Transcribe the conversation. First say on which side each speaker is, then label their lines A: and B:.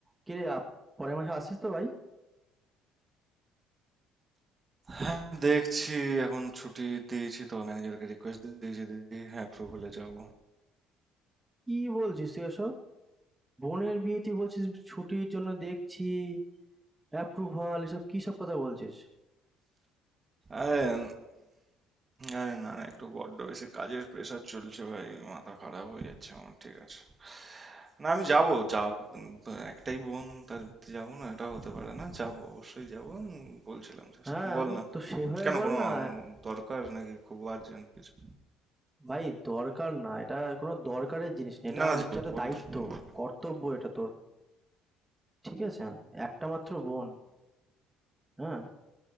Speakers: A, on the right; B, on the right.
A: কিরে আপ পরের মাসে আসছিস তো ভাই
B: হ্যাঁ দেখছি এখন ছুটি দিয়েছি তো ম্যানেজারকে রিকোয়েস্ট দিয়েছি দিদি হ্যাঁ অ্যাপ্রুভালে যাব
A: কি বলছিস তুই এসব বোনের বিয়ে তুই বলছিস ছুটির জন্য দেখছি অ্যাপ্রুভাল এসব কি সব কথা বলছিস
B: আরে আরে না না একটু বড্ড বেশি কাজের প্রেশার চলছে ভাই মাথা খারাপ হয়ে যাচ্ছে আমার ঠিক আছে না আমি যাব যা একটাই বোন তার বিয়েতে যাব না এটা হতে পারে না যাব অবশ্যই যাব উম, বলছিলাম জাস্ট
A: হ্যাঁ
B: বল না
A: তো সেভাবে
B: কেন
A: বল
B: কোনো
A: না
B: উম, দরকার নাকি খুব আর্জেন্ট কিছু
A: ভাই দরকার না এটা কোনো দরকারের জিনিস না এটা
B: না না
A: হচ্ছে
B: যাবো,
A: একটা
B: বল
A: দায়িত্ব
B: বল
A: কর্তব্য এটা তোর ঠিক আছে একটা মাত্র বোন হ্যাঁ